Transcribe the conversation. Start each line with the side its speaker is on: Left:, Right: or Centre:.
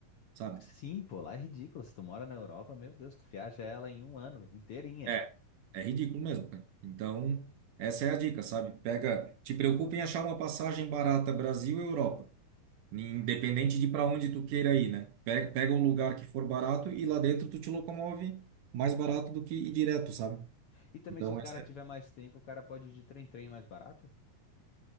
Right: sabe?
Left: Sim, pô, lá é ridículo. Se tu mora na Europa, meu Deus, tu viaja ela em um ano inteirinha.
Right: É, é ridículo mesmo, cara. Então, essa é a dica, sabe? Pega, te preocupa em achar uma passagem barata Brasil-Europa. Independente de para onde tu queira ir, né? Pega, pega um lugar que for barato e lá dentro tu te locomove mais barato do que ir direto, sabe?
Left: E também,
Right: Então,
Left: se o cara
Right: essa
Left: tiver
Right: é...
Left: mais tempo, o cara pode ir de trem-trem é mais barato?